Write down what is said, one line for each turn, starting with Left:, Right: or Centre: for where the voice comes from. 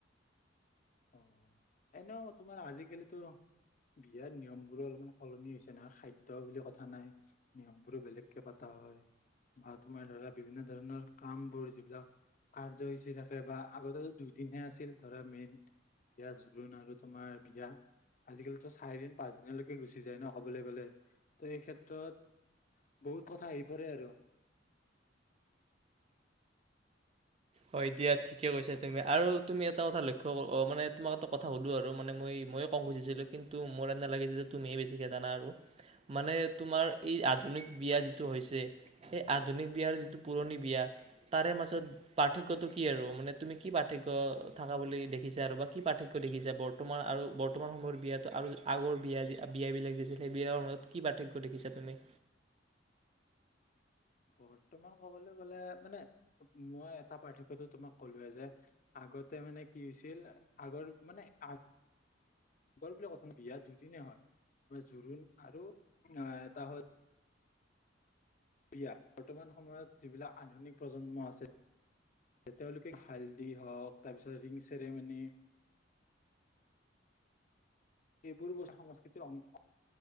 Left: অ এনেও তোমাৰ আজিকালিতো বিয়াৰ নিয়মবোৰো অলপমান সলনি হৈছে নহয় খাদ্য বুলি কথা নাই নিয়ম বোৰো বেলেগকে পতা হয় বা তোমাৰ ধৰা বিভিন্ন ধৰণৰ কামবোৰ যিবিলাক কাৰ্যসূচী থাকে বা আগতেতো দুইদিনহে আছিল ধৰা মেইন বিয়া জোৰোণ আৰু তোমাৰ বিয়া আজিকালিতো চাৰি দিন পাঁচ দিনলৈকে গুচি যায় ন কবলৈ গলে ত এই ক্ষেত্ৰত বহুত কথা আহি পৰে আৰু
Right: হয় দিয়া ঠিকে কৈছা তুমি আৰু তুমি এটা কথা লক্ষ্য মানে তোমাক এটা কথা সুধোঁ আৰু মানে মই ময়ে ক'ব খুজিছিলোঁ কিন্তু মোৰ এনে লাগিছে যে তুমিয়ে বেছিকে জানা আৰু মানে তোমাৰ এই আধুনিক বিয়া যিটো হৈছে সেই আধুনিক বিয়াৰ যিটো পুৰণি বিয়া তাৰে মাজত পাৰ্থক্যটো কি আৰু মানে তুমি কি পাৰ্থক্য থকা বুলি দেখিছা আৰু বা কি পাৰ্থক্য দেখিছা বৰ্তমান আৰু বৰ্তমান সময়ৰ বিয়াত আৰু আগৰ বিয়াত বিয়া বিলাক দিছিল সেই বিলাকৰ মাজত কি পাৰ্থক্য দেখিছা তুমি
Left: বৰ্তমান ক'বলৈ গলে মানে মই এটা পাৰ্থক্যটো তোমাক কলোয়ে যে আগতে মানে কি হৈছিল আগৰ মানে আগৰ বুলি কথা নাই বিয়া দুদিনে হয় তোমাৰ জোৰোণ আৰু এটা হল বিয়া বৰ্তমান সময়ত যিবিলাক আধুনিক প্ৰজন্ম আছে তেওঁলোকে হালদি হওঁক তাৰপিছত ৰিং ছেৰিমনী এইবোৰ বস্তু সংস্কৃতিৰ অং